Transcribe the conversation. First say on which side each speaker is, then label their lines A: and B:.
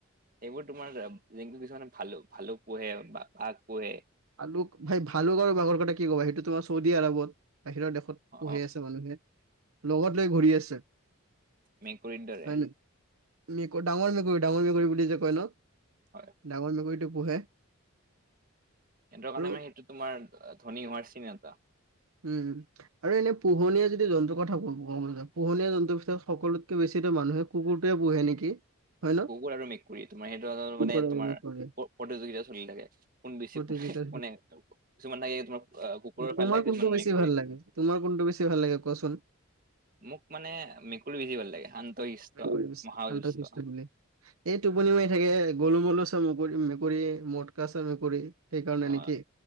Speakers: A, on the right (about 40°); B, on the right (about 75°).
A: এইবোৰ তোমাৰ কিছুমানে ভালো ভালুক পোহে বা বাঘ পোহে।
B: ভালুক ভাই ভালুকৰ আৰু বাঘৰ কাৰণে কি ক'বা সেইটো তোমাৰ চৌদি আৰবত বাহিৰৰ দেশত।
A: অ
B: পঢ়ি আছে মানুহে লগত লৈ ঘূৰি আছে
A: মেকুৰীৰ দৰে
B: হয় নে। মেকুৰ ডাঙৰ মেকুৰী ডাঙৰ মেকুৰী বুলি যে কয় ন'
A: হয়
B: ডাঙৰ মেকুৰীটো পোহে।
A: সিহঁতৰ কাৰণে
B: আৰু
A: মানে সেইটো তোমাৰ ধনী হোৱাৰ চিন এটা।
B: উ'ম। আৰু এনে পোহনীয়া যদি জন্তুৰ কথা কব ক'ব পোহনীয়া জন্তুৰ পিছত সকলোতকে বেছিতো মানুহে। কুকুৰটোৱে পোহে নেকি। হয় ন
A: কুকুৰ আৰু মেকুৰী তোমাৰ সেইটো
B: কুকুৰ
A: মানে
B: আৰু
A: তোমাৰ
B: মেকুৰী
A: প্ৰতিযোগিতা চলি থাকে। কোন বেছি
B: প্ৰতিযোগিতা
A: কোনে কোনে কিছুমান লাগে। তোমাৰ কুকুৰৰ
B: তোমাৰ
A: ফালে
B: কোনটো
A: কিছুমান
B: বেছি
A: মেকুৰি।
B: ভাল তোমাৰ কোনটো বেছি ভাল লাগে কোৱাচোন।
A: মোক মানে মেকুৰি বেছি ভাল লাগে শান্ত শষ্টি
B: মেকুৰী বেছি
A: মহা
B: শান্ত
A: দুষ্ট।
B: শিষ্ট বুলি এই টোপনি মাৰি থাকে গলু মলু চা মেকুৰী মেকুৰী মটকা চা মেকুৰী সেইকাৰণে
A: অ
B: নেকি।